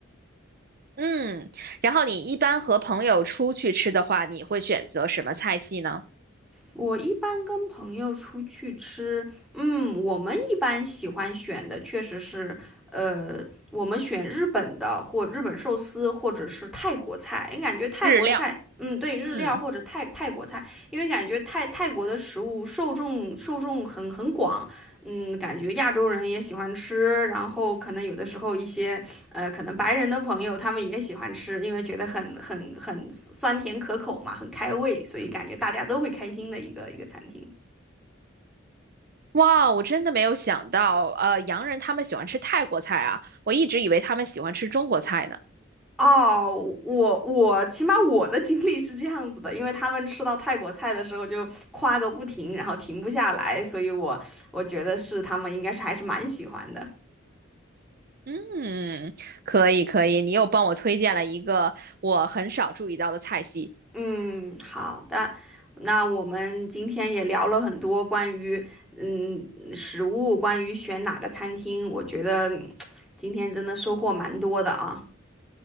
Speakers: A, on the right; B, in the centre.
A: 嗯，然后你一般和朋友出去吃的话，你会选择什么菜系呢？
B: 我一般跟朋友出去吃，嗯，我们一般喜欢选的确实是，呃，我们选日本的或日本寿司，或者是泰国菜，因为感觉泰国菜，
A: 日料。
B: 嗯，对，日料或者泰泰国菜，
A: 嗯。
B: 因为感觉泰泰国的食物受众受众很很广，嗯，感觉亚洲人也喜欢吃，然后可能有的时候一些呃，可能白人的朋友他们也喜欢吃，因为觉得很很很酸甜可口嘛，很开胃，所以感觉大家都会开心的一个一个餐厅。
A: 哇，我真的没有想到，呃，洋人他们喜欢吃泰国菜啊，我一直以为他们喜欢吃中国菜呢。
B: 哦，我我起码我的经历是这样子的，因为他们吃到泰国菜的时候就夸个不停，然后停不下来，所以我我觉得是他们应该是还是蛮喜欢的。
A: 嗯，可以可以，你又帮我推荐了一个我很少注意到的菜系，
B: 嗯，好的。那我们今天也聊了很多关于嗯食物，关于选哪个餐厅，我觉得嗯今天真的收获蛮多的啊，